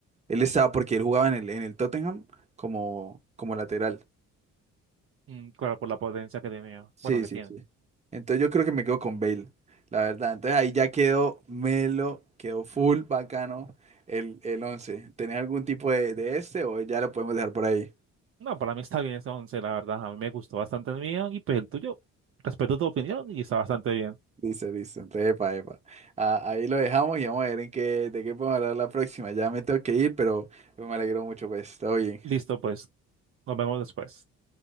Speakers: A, on the right; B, on the right.
A: Él estaba porque él jugaba en el, en el Tottenham como, como lateral.
B: Mm, claro, por la potencia que tenía.
A: Sí,
B: Bueno, que
A: sí,
B: tiene.
A: sí. Entonces yo creo que me quedo con Bale, la verdad. Entonces ahí ya quedó Melo, quedó full bacano el, el 11. ¿Tenés algún tipo de, de este o ya lo podemos dejar por ahí?
B: No, para mí está bien ese once, la verdad. A mí me gustó bastante el mío y pues el tuyo. Respeto tu opinión y está bastante bien.
A: Listo, listo. Entonces, epa, epa. Ah, ahí lo dejamos y vamos a ver en qué, de qué podemos hablar la próxima. Ya me tengo que ir, pero me alegro mucho, pues. Todo bien.
B: Listo, pues. Nos vemos después.